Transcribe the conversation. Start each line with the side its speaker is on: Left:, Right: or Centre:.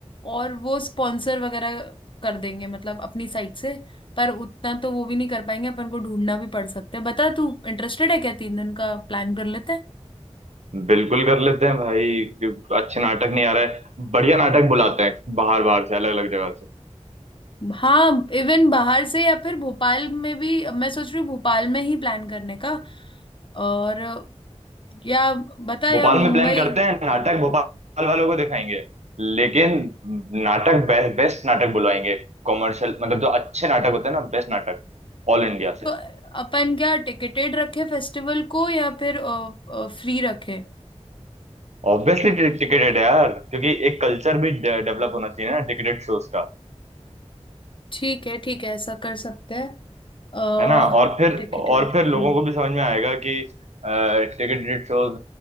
Left: और वो स्पॉन्सर वगैरह कर देंगे मतलब अपनी साइड से पर उतना तो वो भी नहीं कर पाएंगे अपन को ढूंढना भी पड़ सकता है बता तू इंटरेस्टेड है क्या तीन दिन का प्लान कर लेते हैं
Right: बिल्कुल कर लेते हैं भाई कि अच्छे नाटक नहीं आ रहे बढ़िया नाटक बुलाते हैं बाहर बाहर से अलग अलग जगह से
Left: हाँ इवन बाहर से या फिर भोपाल में भी मैं सोच रही हूँ भोपाल में ही प्लान करने का और या बता
Right: भोपाल
Left: या मुंबई
Right: में प्लान करते हैं नाटक भोपाल वालों को दिखाएंगे लेकिन नाटक बे, बेस्ट नाटक बुलवाएंगे कॉमर्शियल मतलब जो अच्छे नाटक होते हैं ना बेस्ट नाटक ऑल इंडिया
Left: तो
Right: से
Left: अपन क्या टिकेटेड रखे फेस्टिवल को या फिर फ्री रखे
Right: ऑब्वियसली टिकेटेड है यार क्योंकि एक कल्चर भी डेवलप होना चाहिए ना टिकेटेड शोज का
Left: ठीक है ठीक है ऐसा कर सकते हैं अह
Right: है ना और फिर
Left: टिकटेड
Right: और फिर लोगों
Left: हम्म
Right: को भी समझ में आएगा कि टिकट शोज